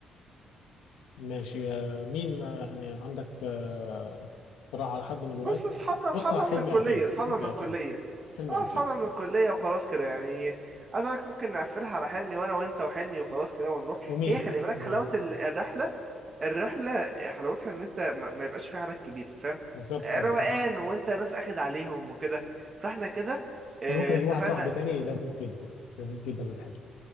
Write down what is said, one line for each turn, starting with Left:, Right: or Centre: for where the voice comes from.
Left: ماشي آه، مين آه، يعني عندك آه، صراحة على حد من الولاد
Right: بص اصحابنا اصحابنا
Left: بص على حلمي
Right: من الكلية
Left: أكيد
Right: اصحابنا
Left: حلمي
Right: من الكلية
Left: أكيد حلمي
Right: اه
Left: أكيد
Right: اصحابنا من الكلية وخلاص كده يعني عايز أقولك ممكن نقفلها على حلمي وانا وانت وحلمي وخلاص كده ونروح
Left: ومين
Right: هي خلي بالك
Left: ومين
Right: حلاوة ال- الرحلة الرحلة حلاوتها ان انت ما ما يبقاش في حدك كبير فاهم
Left: بالظبط
Right: روقان
Left: اه ماشي.
Right: وانت ناس اخد عليهم وكده فاحنا كده آه،
Left: أنا ممكن أجيب
Right: اتفقنا
Left: واحد صاحبي تاني لذيذ جدا لذيذ جدا أنا بحبه